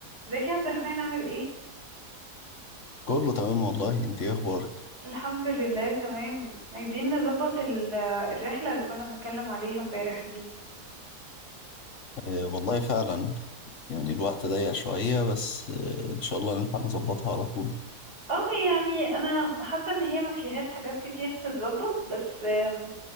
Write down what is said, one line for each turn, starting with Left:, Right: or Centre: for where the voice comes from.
Right: ازيك يا عبد الرحمن عامل ايه
Left: كله تمام والله انت ايه اخبارك
Right: الحمد لله تمام عايزين نظبط ال- الرحلة اللي كنا بنتكلم عليها امبارح دي
Left: آه والله فعلا يعني الوقت ضيق شوية بس آه ان شاء الله نلحق نظبطها على طول
Right: اه يعني انا حاسة ان هي ما فيهاش حاجات كتير تتظبط بس آم،